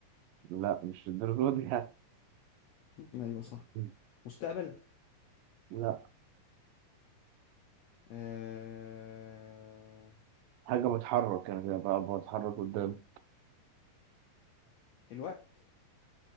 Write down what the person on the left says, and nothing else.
ايوه صح
مستقبل
آه...
الوقت